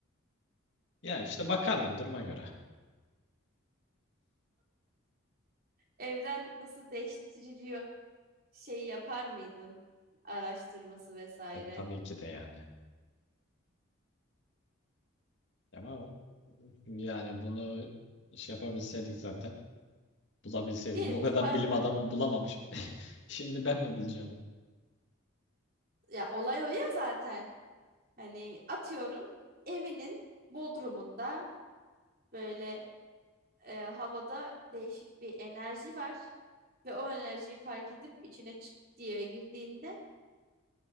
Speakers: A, on the left; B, on the right.
A: Ya işte bakardım duruma göre.
B: Evren nasıl değiştiriliyor şeyi yapar mıydın? Araştırması vesaire.
A: E, tabii ki de yani. Ama o- yani bunu şey yapabilseydik zaten. Bulabilseydik.
B: Diyelim
A: Bu
B: ki
A: kadar
B: var.
A: bilim adamı bulamamış. <laughs> Şimdi ben mi bulacağım?
B: Ya olay o ya zaten. Hani atıyorum evinin bodrumunda böyle e, havada değişik bir enerji var. Ve o enerjiyi fark edip içine çıt diye girdiğinde